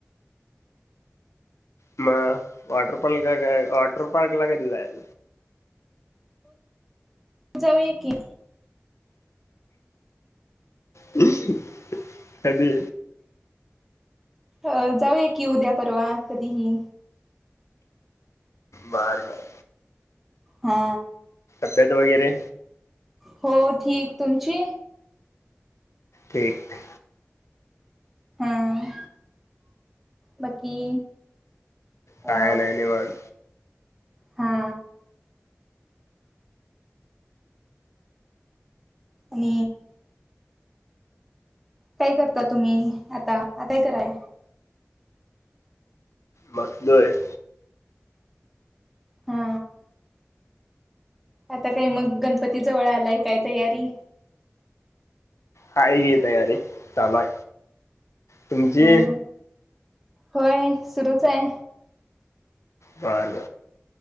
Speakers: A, on the left; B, in the centre.
A: मग वॉटर पार्क वॉटर पार्क ला कधी जायच
B: हो जाऊ की
A: म् हदी
B: अ जाऊया की उद्या परवा कधीही
A: बर बर
B: हा
A: अब्येत वगैरे
B: हो ठीक तुमची
A: िक
B: हां बाकी अ
A: काय नाही नाही वान
B: हा आणि काय करता तुम्ही आता आताय कराय
A: मसलं
B: हा आता काय मग गणपती जवळ आलाय काय तयारी
A: का घी तयारी चालूय तुमची
B: हा होय सुरूच आहे
A: बर